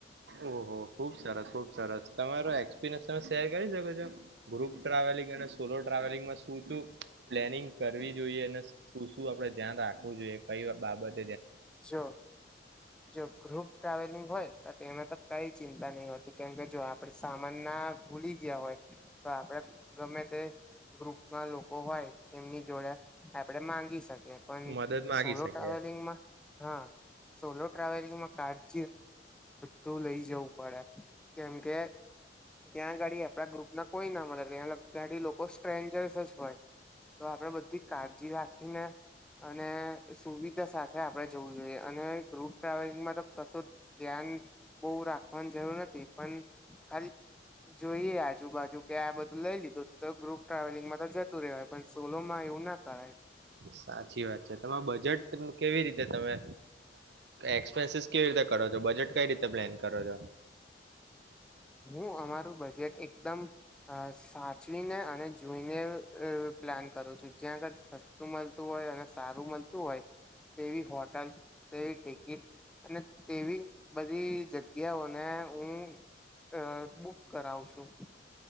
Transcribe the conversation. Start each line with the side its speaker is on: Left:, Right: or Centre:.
Right: ઓહ ખુબ સરસ ખુબ સરસ તમારો એક્સપિરિયન્સ તમે શેર કરી શકો છો ગ્રુપ ઓહો ઓહો બહુ સરસ બહુ સરસ ટ્રાવેલિંગ અને સોલો ટ્રાવેલિંગમાં શું શું પ્લેનિંગ કરવી જોઈએ અને શું શું આપડે ધ્યાન રાખવું જોઈએ કઈ બાબત
Centre: જો જો ગ્રુપ ટ્રાવેલિંગ હોય તો તેમે તો કઈ ચિંતા નહી હોતી કેમકે જો આપડ સામાન ના ભૂલી ગયા હોય તો આપડે ગમે તે ગ્રુપમાં લોકો હોય એમની જોડે આપણેે માંગી શકીએ એ પણ
Right: મદદ માંગી
Centre: સોલો
Right: શકે
Centre: ટ્રાવેલિંગ માં હા સોલો ટ્રાવેલિંગમાં કાર્ડ. તુ લઈ જવું પડે કેમકે ગાડી આપડા ગ્રુપ ના કોઈ ના મળે ત્યાં ગાડી લોકો સ્ટ્રેન્જર્સ જ હોય તો આપણેે બધી કાળજી રાખીને અને સુવિધા સાથે આપણે. જોવું જોઈએ અને ગ્રુપ ટ્રાવેલિંગમાં તો કશું ધ્યાન બહુ રાખવાની જરૂર નથી પણ ખાલી જોઈએ આજુબાજુ કે આ બધું લઈ લીધું તો ગ્રુપ ટ્રાવેલિંગમાં તો જતું રહેવાય પણ સોલોમાં એવું ના કરાય.
Right: સાચી વાત છે તમે બજેટ કેવી રીતે તમે એક્સપેન્સસ કેવી રીતે કરો છો બજેટ કઈ રીતે પ્લાન કરો છો.
Centre: હું અમારું બજેટ એકદમ સાચવીને અને જોઈને પ્લાન કરું છું જ્યાં આગળ સસ્તું મળતું હોય અને સારું મળતું હોય તેવી હોટલ તેવી ટિકિટ અને તેવી બધી જગ્યાઓને હું. અ બુક કરાવશું.